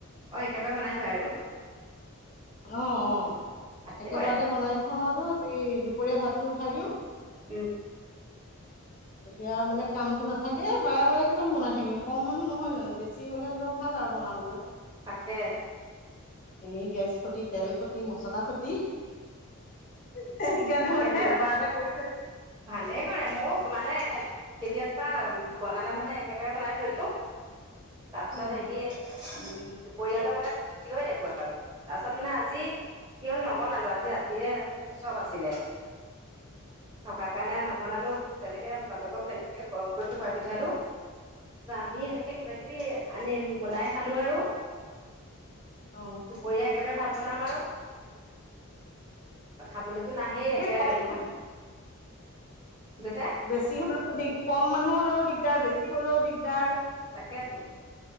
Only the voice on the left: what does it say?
অ অ,
একেবাৰতে
বনাই থওঁ আৰু এই দুপৰীয়া ভাতটো উঠাই দিওঁ।
এতিয়া মানে কামটো নাথাকে বাৰে বাৰে কিমান বনাই থাকিম কম মানুহ নহয় জানো বেছি হলে ধৰক ভাল। ভাল আৰু বনাবলৈ।
এনেই গেছ খতি তেল খতি মচলা খতি। সেইকাৰণে
মানেহে এবাৰ এটা কৰি থৈ।
<unintelligible>
অ
<unintelligible>
অ
তাকে
কম
বেছি হ'লেও দি কম মানুহ হলেও দিগদাৰ বেছি হ'লেও দিগদাৰ।